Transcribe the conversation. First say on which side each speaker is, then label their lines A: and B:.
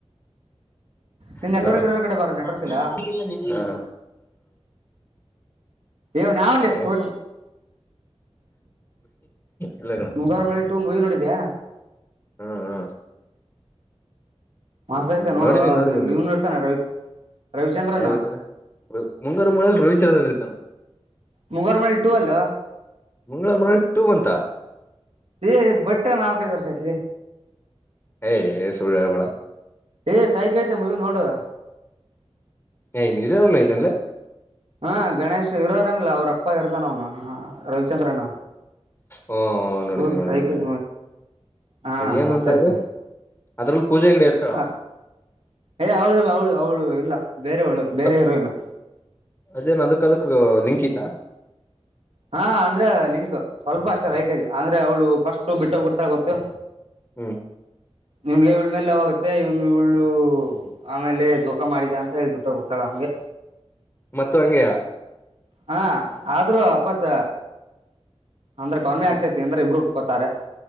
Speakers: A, on the right; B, on the left.
A: ನಿನ್ನ
B: ಹಲ
A: ನೆಟ್ವರ್ಕ್ ಇರೋ ಕಡೆ ಬಾರೋ ನೆಟ್ವರ್ಕ್
B: ಮಸಾಲ
A: ಇಲ್ಲ
B: ಹ
A: ಏ ಇವ ಯಾವ ಲೇ ಸೂ
B: ಎಸ್ ಇಲ್ಲ ಕಣ
A: ಮುಂಗಾರು ಮಳೆ ಟೂ ಮೂವಿ ನೋಡಿದೆನ ನೋಡಿದ್ಯಾ
B: ಹ್ಮ್ ಹ್ಮ
A: ಮಸ್ತ್
B: ಹ್ಮ್ ಹ್ಮ್
A: ಐತೆ ನೋಡು
B: ನೋಡಿದ್ದೀನ್ನೋಡಿದ್ದೀನಿ
A: ಅದು ಇವ್ನು ಇರ್ತಾನೆ ರವಿ ರವಿಚಂದ್ರನ್
B: ಯಾರ ಇರ್ತಾರ ಮುಂಗಾರ ಮೂಳೆಯಲ್ಲಿ ರವಿಚಂದ್ರನ ಇರ್ತಾನ
A: ಮುಂಗಾರ ಮಳ ಟು ಅಲ್ಲ
B: ಮಂಗಳವಾರ ಮಂ ಟು ಬಂತ
A: ಏ ಬಟ್ಟೆ ನಾಲ್ಕದು ವರ್ಷ ಆತ್ಲಿ
B: ಏಯ್ ಸುಳ್ಳು ಹೇಳ್ಬೇಡ
A: ಏ ಸಹ ಕಯತೆ ಮೂವಿ ನೋಡುುವ
B: ಇಂದಜಲ್ಲಯತನೆಲ್ಲ
A: ಹಾ ಗಣೇಶ್ ಇರೋದನಿಲ್ಲ ಅವ್ರ ಅಪ್ಪ ಇರ್ತಾನ ಅವ್ನು ಹ ರವಿಚಂದ್ರನ
B: ಹ್ಮ ನೋಡಿದೀನಿ
A: ಪಲ್
B: ನೋಡಿದೀನಿ
A: ಸಹಕ
B: ನೋಡಿದೀನಿ
A: ಹಾ
B: ಏನಂತ
A: ಮಸ್ತ ಆಐತ
B: ಅದು ಅದ್ರಲ್ಲಿ ಪೂಜೆ ಗಿಡ ಇರ್ತಾಳ
A: ಹ ಏ ಅವಳು ಇಲ್ಲ ಅವಳು ಅವಳು ಇಲ್ಲ ಬೇರೆವಳು ಬೇರೆ
B: ಸ
A: ಇರು ಇನ್ನು
B: ಅದೇನ್ ಅದಕ್ಕ ಅದಕ್ ಲಿಂಕಿತ
A: ಹಾ ಅಂದ್ರೆ ಲಿಂಕ್ ಸ್ವಲ್ಪ ಅಷ್ಟೇ ವೈಕಗೆ ಅಂದ್ರೆ ಅವ್ಳು ಫಸ್ಟ್ ಬಿಟ್ಟೋಗ್ ಬಿಡ್ತಾ ಗೊತ್ತು
B: ಹ್ಮ್
A: ಇವ್ಗೆ ಇವಳ ಮೇಲೆ ಯಾಗುತ್ತೆ ಇವ್ ಇವಳು ಆಮೇಲೆ ದೂಖ ಮಾಡಿದೆ ಅಂತ ಹೇಳ್ಬಿಟ್ಟು ಗೊತ್ತಾಳ ಅವ್ಗೆ
B: ಮ ಹಂಗಯ
A: ಹಾ ಆದ್ರೂ ಅಪಸ್ ಅಂದ್ರೆ ಕನ್ಆಗ್ತೇತಿ
B: ಹ್ಮ್
A: ಅಂದ್ರೆ ಇಬ್ರು ಕಲ್ಕತಾರೆ